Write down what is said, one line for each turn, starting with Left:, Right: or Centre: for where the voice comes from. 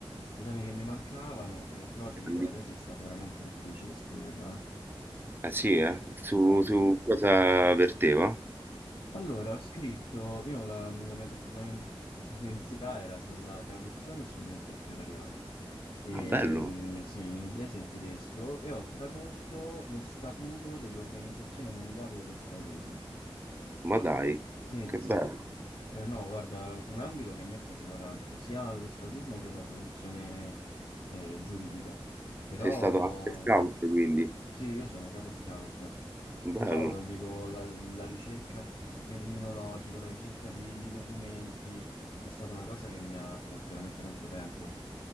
Left: esami che mi mancavano, eh, però ti dico,
Right: Grandissimo.
Left: la tesi è stato veramente difficile scriverla, eh.
Right: Ah sì, eh? Su,
Left: No, no,
Right: su
Left: no.
Right: cosa verteva?
Left: Allora, ho scritto, io la, la mia, la mia università era sulla traduzione e sull'interpretariato, E,
Right: Ah, bello.
Left: sì, in inglese e in tedesco, e ho tradotto lo statuto dell'Organizzazione Mondiale dello Scautismo.
Right: Ma dai,
Left: Sì,
Right: che
Left: sì,
Right: bello.
Left: Eh, no, guarda, un ambito che a me piaceva tanto, sia lo scautismo che la traduzione eh, giuridica, però
Right: Sei stato anche scout, quindi
Left: sì, io sono capo scout,
Right: bello.
Left: però dico, la, la ricerca terminologica, la ricerca di, di documenti è stata una cosa che mi ha tolto veramente tanto tempo.